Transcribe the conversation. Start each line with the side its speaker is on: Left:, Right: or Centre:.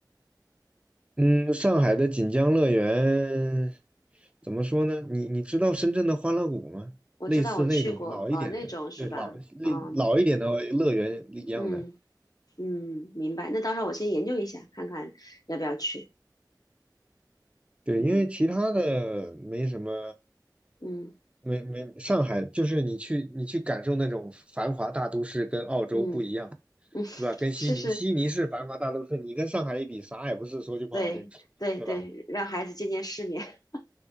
Right: 嗯，上海的锦江乐园怎么说呢？你你知道深圳的欢乐谷吗？
Left: 我知道我去过，
Right: 类似那种老一点的，
Left: 呃，那种是吧？
Right: 对，老类老一点的乐园一样的。
Left: 嗯嗯。嗯，明白。那到时候我先研究一下，看看要不要去。
Right: 对，
Left: 嗯
Right: 因为其他的没什么，
Left: 嗯
Right: 没没，上海就是你去你去感受那种繁华大都市，跟澳洲不一样，
Left: 嗯嗯，
Right: 对吧？
Left: <laughs>
Right: 跟悉尼，
Left: 试试。
Right: 悉尼是繁华大都市，你跟上海一比，啥也不是，说句不好听，
Left: 对对对，
Right: 是吧？
Left: 让孩子见见世面。<laughs>